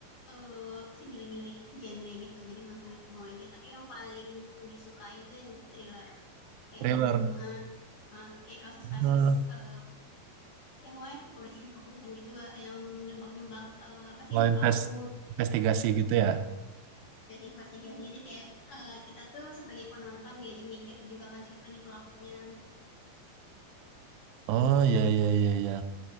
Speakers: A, on the left; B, on the right.
A: eh apa sih milih-milih genre gitu jadi nontonin semua aja tapi yang paling disukai itu yang thriller kayak
B: thriller.
A: bunuh-bunuhan ah, kayak kasus-kasus
B: Hmm,
A: eh ya pokoknya kepolisian-kepolisian gitu eh, yang nebak-nebak eh, apa
B: kalau
A: sih
B: inves-
A: pelaku
B: investigasi gitu ya.
A: jadi investigasi jadi kayak eh, kita tuh sebagai penonton diajak mikir juga kan siapa nih pelakunya
B: Oh, iya, iya, iya, iya.